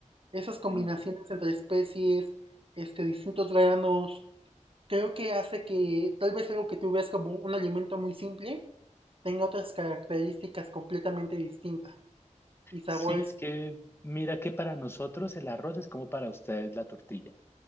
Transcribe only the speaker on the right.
Esas combinaciones
entre especies, este, distintos granos, creo que hace que tal vez algo que tú ves como un alimento muy simple tenga otras características completamente distintas y sabores,